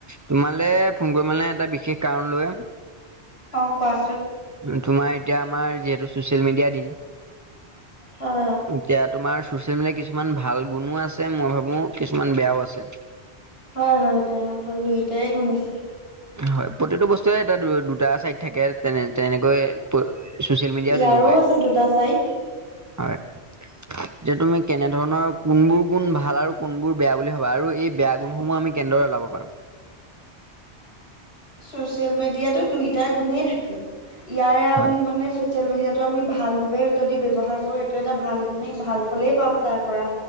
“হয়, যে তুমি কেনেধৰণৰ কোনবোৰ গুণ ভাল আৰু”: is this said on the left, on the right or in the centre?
Right